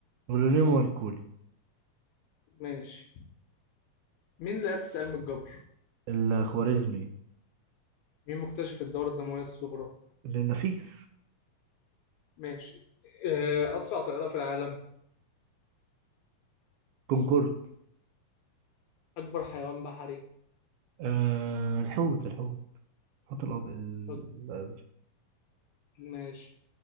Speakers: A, on the right; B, on the left.
A: ولونين ماركوني
B: ماشي مين اللي أسس علم الجبر؟
A: الخوارزمي
B: مين مكتشف الدورة الدموية الصغرى؟
A: ابن النفيس
B: ماشي آه، أسرع طائرة في العالم
A: كونكورد
B: أكبر حيوان بحري
A: آه الحوت الحوت الحوت الأب- الازرق
B: حط ماشي